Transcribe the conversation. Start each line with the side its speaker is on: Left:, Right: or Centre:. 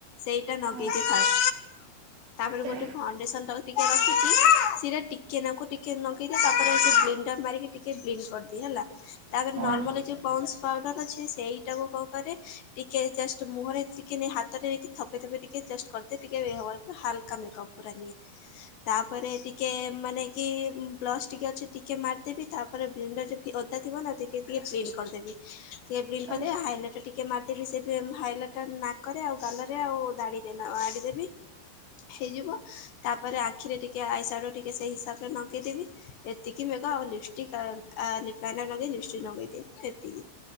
Left: ସେଇଟା
Right: ହଁ
Left: ନଗେଇଛି ଫାଷ୍ଟ। ତାପରେ
Right: ଆଚ୍ଛା।
Left: ଗୋଟେ ଫାଉଣ୍ଡେସନ ତାର ଟିକେ ରଖିଛି ସିରା ଟିକେ ନାକୁ ଟିକ ଲଗେଇଦିଏ ତାପରେ ସିଏ ବ୍ଲିଣ୍ଡର ମାରିକି ଟିକେ ବ୍ଲିନ୍ କରିଦିଏ ହେଲା। ତାପରେ
Right: ହଁ
Left: ନର୍ମାଲ ଯୋଉ ପଣ୍ଡସ୍ ପାଉଡର ଅଛି, ସେଇଟାକୁ କଣ କରେ, ଟିକେ ଜଷ୍ଟ ମୁହଁରେ ଟିକେ ନେଇ ହାତରେ ନେଇ ଥପେଇ ଥପେଇ ଟିକେ ଜଷ୍ଟ କରିଦିଏ ଟିକେ ଅ ଏ ହାଲକା ମେକପ ପୁରା ନିଏ। ତାପରେ ଟିକେ ମାନେ କି ବ୍ଲସ୍ ଟିକେ ଅଛି ଟିକେ ମାରିଦେବି ତାପରେ ବ୍ଲେଣ୍ଡ ଟା <unintelligible> ଓଦା ଥିବ ନା ଟିକେ ଟିକେ ବ୍ଲିନ୍ କରିଦେବି। ଟିକେ
Right: ଆଚ୍ଛା
Left: ବ୍ଲିନ କରିଦେବି ହାଇଲାଇଟ ଟିକେ ଟିକେ ମାରିଦେବି ସେ ବି ହାଇଲଟ ନାକରେ ଆଉ ଗାଲରେ ଆଉ ଦାଡିରେ ଆଉ ଆଡି ଦେବି। ହେଇଯିବ ତା ପରେ ଆଖିରେ ଟିକେ ଆଇ ସାଇଡୁ ଟିକେ ସେଇ ହିସାବ <unintelligible> ଲଗେଇଦେବି ଏତିକି ମୁଁ ଏକା ଆଉ ଲିପଷ୍ଟିକ୍ ଆ-ଆ ଲିପନାଇରର ଲିପଷ୍ଟିକ୍ ଲଗାଇଦିଏ ଇତିକି